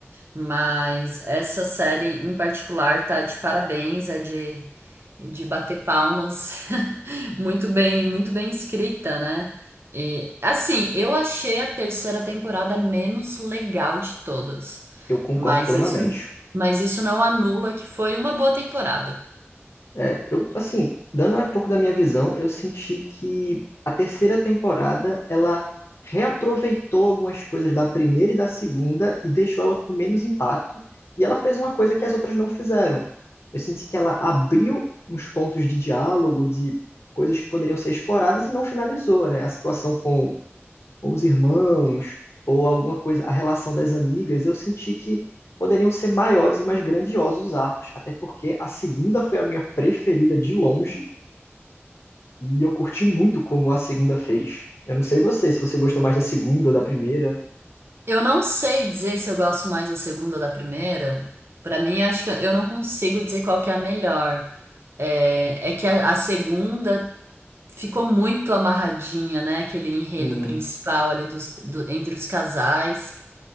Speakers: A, on the right; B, on the left.
A: mas essa série em particular tá de parabéns, é de, de bater palmas. <laughs> Muito bem, muito bem escrita, né? E assim, eu achei a terceira temporada menos legal de todas,
B: Eu concordo
A: mas
B: plenamente.
A: isso, mas isso não anula que foi uma boa temporada.
B: É, eu, assim, dando um pouco da minha visão, eu senti que a terceira temporada, ela reaproveitou algumas coisas da primeira e da segunda e deixou ela com menos impacto, e ela fez uma coisa que as outras não fizeram. Eu senti que ela abriu uns pontos de diálogo, de coisas que poderiam ser exploradas e não finalizou, né? A situação com com os irmãos ou alguma coisa, a relação das amigas, eu senti que poderiam ser maiores e mais grandiosos os arcos, até porque a segunda foi a minha preferida de longe e eu curti muito como a segunda fez. Eu não sei você, se você gostou mais da segunda ou da primeira.
A: Eu não sei dizer se eu gosto mais da segunda ou da primeira. Pra mim, acho que eu não consigo dizer qual que é a melhor. É, é que a, a segunda ficou muito amarradinha, né? Aquele enredo
B: Sim.
A: principal ali dos, do- entre os casais.